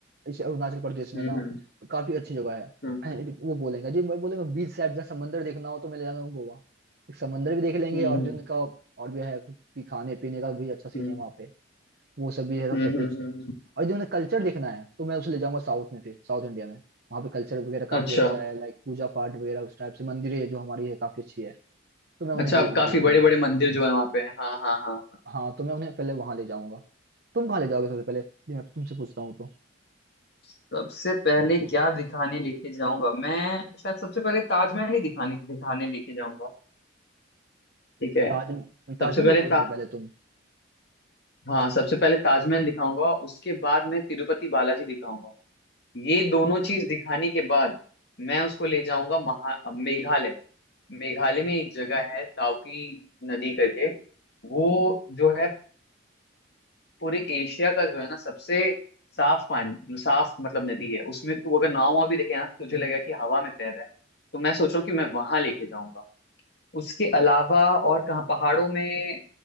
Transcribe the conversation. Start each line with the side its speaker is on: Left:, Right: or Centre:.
Right: इसे अरुणाचल प्रदेश में
Left: हम्म
Right: ना तो काफी अच्छी जगह है
Left: हम्म
Right: <clears throat> यदि वो बोलेगा जी मैं बोलेगा बीच साइड जहाँ समंदर देखना हो तो मैं ले जाऊंगा गोवा एक समंदर भी देख लेंगे
Left: हम्म
Right: और
Left: हम्म
Right: भी उनका और भी है कुछ भी खाने पीने का भी अच्छा सीन
Left: हम्म
Right: है वहाँ पे वो सब भी है सब
Left: हम्म
Right: सब कुछ
Left: हम्म, हम्म।
Right: और यदि उन्हें कल्चर देखना है तो मैं उसे ले जाऊंगा साउथ में फिर साउथ इंडिया में वहाँ पे कल्चर वगैरह काफी
Left: अच्छा
Right: अच्छा है लाइक पूजा पाठ वगैरह उस टाइप से मंदिरें जो हमारी है काफी अच्छी है तो मैं उन्हें
Left: अच्छा
Right: ले
Left: अब
Right: वहाँ
Left: काफी
Right: ले जाऊंगा
Left: बड़े बड़े मंदिर जो है वहाँ पे हाँ हाँ हाँ हाँ।
Right: हाँ तो मैं उन्हें पहले वहाँ ले जाऊंगा तुम कहाँ ले जाओगे सबसे पहले ये मैं तुमसे पूछता हूँ तो
Left: सबसे पहले क्या दिखाने लेके जाऊंगा मैं शायद सबसे पहले ताजमहल ही दिखाने दिखाने लेके जाऊंगा ठीक है
Right: ताज ताजमहल
Left: सबसे पहले
Right: दिखाओगे सबसे पहले तुम
Left: हाँ सबसे पहले ताजमहल दिखाऊंगा उसके बाद मैं तिरुपति बालाजी दिखाऊंगा ये दोनों चीज दिखाने के बाद मैं उसको ले जाऊंगा महा अब मेघालय मेघालय में एक जगह है दाउकी नदी करके वो जो है पूरे एशिया का जो है ना सबसे साफ पानी साफ मतलब नदी है उसमें तू अगर नाव वाव भी देखे ना तो तुझे लगेगा कि हवा में तैर रहा है तो मैं सोच रहा हूँ कि मैं वहां लेके जाऊंगा उसके अलावा और कहाँ पहाड़ों में